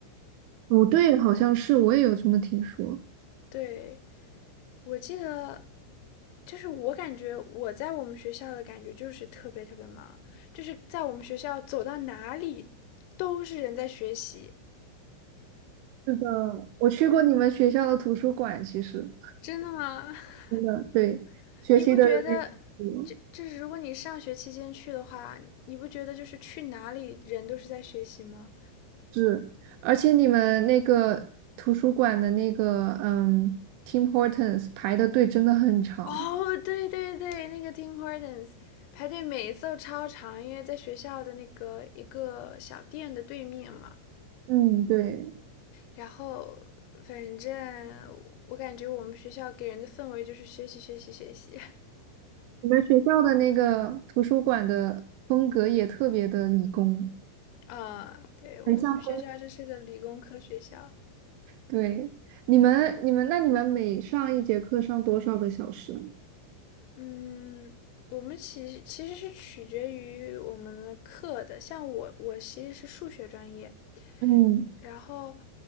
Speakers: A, on the right; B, on the left.
A: 不对，好像是我也有这么听说。
B: 对，我记得，就是我感觉我在我们学校的感觉就是特别特别忙，就是在我们学校走到哪里都是人在学习。
A: 是的，我去过你们学校的图书馆，其实
B: 真的吗？<laughs>
A: 真的对学习的人也不多
B: 你不觉得这这是如果你上学期间去的话，你不觉得就是去哪里人都是在学习吗？
A: 是，而且你们那个图书馆的那个嗯，Tim Hortons 排的队真的很长。
B: 哦，对对对，那个 Tim Hortons 排队每一次都超长，因为在学校的那个一个小店的对面嘛。
A: 嗯，对，
B: 然后反正我感觉我们学校给人的氛围就是学习学习学习，
A: 你们学校的那个图书馆的风格也特别的理工。
B: <laughs> 啊，对，我们学校这是个理工科学校，
A: 很像。对，你们你们那你们每上一节课上多少个小时？
B: 嗯，我们其其实是取决于我们的课的，像我我其实是数学专业，
A: 嗯，
B: 然后，